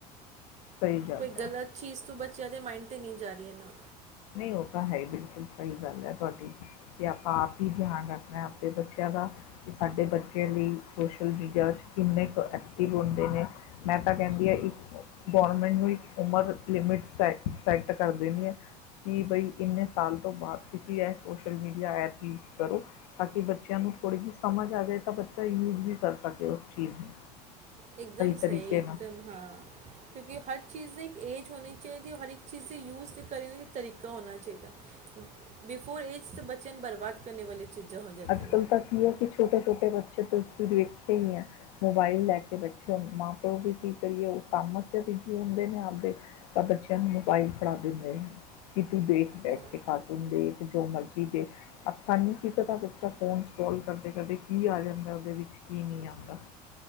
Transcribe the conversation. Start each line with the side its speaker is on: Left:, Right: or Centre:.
Left: ਸਹੀ ਗੱਲ
Right: ਕੋਈ
Left: ਹੈ
Right: ਗਲਤ ਚੀਜ਼ ਤੋਂ ਬਚਨ ਬੱਚਿਆਂ ਦੇ ਮਾਇਂਡ 'ਤੇ ਨੀ ਜਾ ਏ ਨਾ।
Left: ਨਹੀਂ ਉਹ ਤਾਂ ਹੈ ਹੀ ਬਿਲਕੁਲ ਸਹੀ ਗੱਲ ਹੈ ਤੁਹਾਡੀ। ਤੇ ਆਪਾਂ ਆਪ ਈ ਦਿਆਨ ਰੱਖਣਾ ਆਪਦੇ ਬੱਚਿਆਂ ਦਾ। ਕਿ ਸਾਡੇ ਬੱਚੇ ਵੀ ਸੋਸ਼ਲ ਮੀਡੀਆ ਚ ਕਿੰਨੇ ਕੁ ਐਕਟਿਵ ਹੁੰਦੇ ਨੇ। ਮੈਂ ਤਾਂ ਕਹਿੰਦੀ ਆ ਇੱਕ ਗੌਰਮੈਂਟ ਨੂੰ ਇੱਕ ਉਮਰ ਲਿਮਿਟ ਸ ਸੈਟ ਕਰ ਦੇਣੀ ਏ- ਕਿ ਬਈ ਇੰਨੇ ਸਾਲ ਤੋਂ ਬਾਅਦ ਤੁਸੀਂ ਇਹ ਸੋਸ਼ਲ ਮੀਡੀਆ ਐਪ ਯੂਜ ਕਰੋ। ਤਾਂ ਕਿ ਬੱਚਿਆਂ ਨੂੰ ਥੋੜ੍ਹੀ ਜਿਹੀ ਸਮਝ ਆ ਜੇ ਤਾਂ ਬੱਚਾ ਯੂਜ ਵੀ ਕਰ ਸਕੇ ਉਸ ਚੀਜ਼ ਨੂੰ।
Right: ਇੱਕਦਮ ਸਹੀ-
Left: ਤਰੀਕੇ
Right: ਇੱਕਦਮ
Left: ਨਾਲ
Right: ਹਾਂ। ਕਿਉਂਕਿ ਹਰ ਚੀਜ਼ ਦ- ਏਜ ਹੋਣੀ ਚਾਈਦੀ ਓਰ ਹਰ ਇੱਕ ਚੀਜ਼ ਦੀ ਯੂਜ ਕਰਨ ਤਰੀਕਾ ਹੋਣਾ ਚਾਈਦਾ। ਬਿਫੋਰ ਏਜ ਬੱਚਿਆਂ ਨੂੰ ਬਰਬਾਦ ਕਰਨੇ ਵਾਲੀ- ਚੀਜ਼ਾਂ ਹੋ ਜਾਂਦੀਆਂ
Left: ਅੱਜ
Right: ਨੇ
Left: ਕੱਲ ਤਾਂ ਕੀ ਏ ਕਿ ਛੋਟੇ ਛੋਟੇ ਬੱਚੇ- ਛੇ ਤੇ ਤੁਸੀਂ ਵੇਖਿਆ ਈ ਹੈ ਮੋਬਾਇਲ ਲੈ ਕੇ ਬੈਠੇ ਹੋ- ਮਾਂ ਪਿਓ ਵੀ ਕੀ ਕਰੀਏ ਉਹ ਕੰਮ ਤੇ ਬਿਜੀ ਹੁੰਦੇ ਨੇ ਆਪਦੇ। ਤਾਂ ਬੱਚਿਆਂ ਨੂੰ ਮੋਬਾਇਲ ਫੜਾ ਦਿੰਦੇ ਨੇ, ਕੀ ਤੂੰ ਦੇਖ ਬੈਠ
Right: ਉਹ
Left: ਕੇ, ਕਾਰਟੂਨ ਦੇਖ ਜੋ ਮਰਜੀ ਦੇਖ। ਆਪਾ ਨੂੰ ਕੀ ਪਤਾ- ਤਾ ਫੋਨ'ਚ ਕਾਲ ਕਰਦੇ ਕਰਦੇ ਕੀ ਆ ਜਾਂਦਾ। ਉਹਦੇ ਵਿੱਚ ਕੀ ਨੀ ਆਂਦਾ।